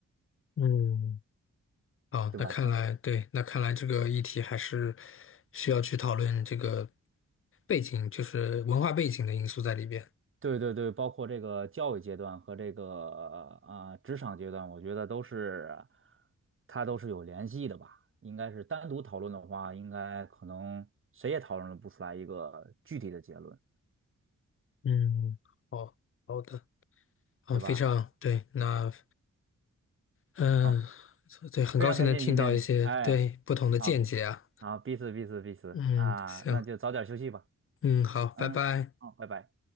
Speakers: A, on the left; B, on the right.
A: 嗯，好，
B: 对吧？
A: 那看来对，
B: 可
A: 那看来这个议题还是需要去讨论这个背景，就是文化背景的因素在里边。
B: 对对对，包括这个教育阶段和这个啊、职场阶段，我觉得都是它都是有联系的吧。应该是单独讨论的话，应该可能谁也讨论不出来一个具体的结论，
A: 嗯，好，好的，啊，
B: 对吧？
A: 非常对，那嗯，
B: 好，
A: 对，很高兴能听到一些对不同的见解啊。
B: 非常开心今天，哎。好，好，彼此彼此彼此啊，
A: 嗯，行，
B: 那就早点休息吧。
A: 嗯，好，拜拜。
B: 嗯，好好，拜拜。